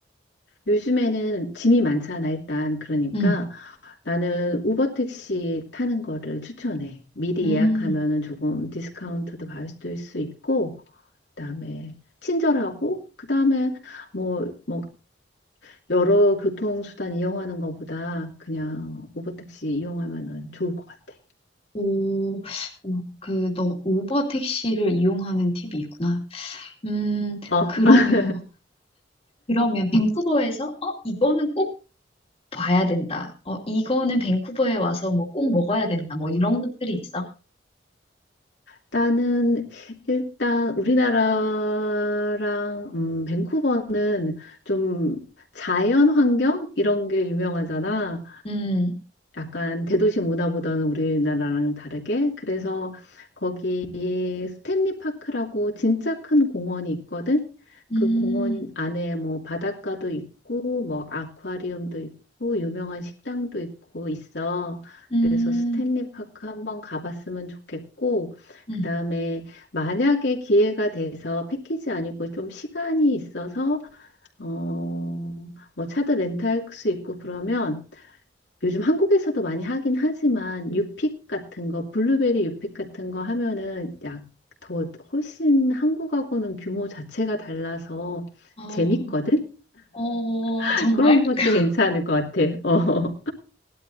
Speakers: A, on the left; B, on the left.
A: 요즘에는 짐이 많잖아, 일단. 그러니까
B: 음,
A: 나는 우버 택시 타는 거를 추천해. 미리
B: 음.
A: 예약하면은 조금 디스카운트도 받을 수 있고, 그다음에 친절하고, 그다음에 뭐, 뭐 여러 교통수단 이용하는 것보다 그냥 우버택시 이용하면은 좋을 것 같아.
B: 오, 오, 그, 너 우버 택시를 이용하는 팁이 있구나. 음,
A: 어,
B: 그러면,
A: <laughs>
B: 그러면 밴쿠버에서, 어, 이거는 꼭 봐야 된다. 어, 이거는 밴쿠버에 와서 뭐 꼭 먹어야 된다. 뭐 이런 것들이 있어.
A: 일단은 일단 우리나라랑 음, 밴쿠버는 좀 자연 환경 이런 게 유명하잖아.
B: 음,
A: 약간 대도시 문화보다는 우리나라랑 다르게 그래서 거기 스탠리 파크라고 진짜 큰 공원이 있거든.
B: 음,
A: 그 공원 안에 뭐 바닷가도 있고 뭐 아쿠아리움도 있고 유명한 식당도 있고 있어.
B: 음,
A: 그래서 스탠리 파크 한번 가봤으면 좋겠고
B: 음.
A: 그다음에 만약에 기회가 돼서 패키지 아니고 좀 시간이 있어서 어, 뭐 차도 렌트할 수 있고 그러면 요즘 한국에서도 많이 하긴 하지만 유픽 같은 거, 블루베리 유픽 같은 거 하면은 약 더 훨씬 한국하고는 규모 자체가 달라서
B: 어,
A: 재밌거든?
B: 어,
A: <laughs>
B: 정말?
A: 그런 것도
B: <laughs>
A: 괜찮을 것 같아. <laughs> 어.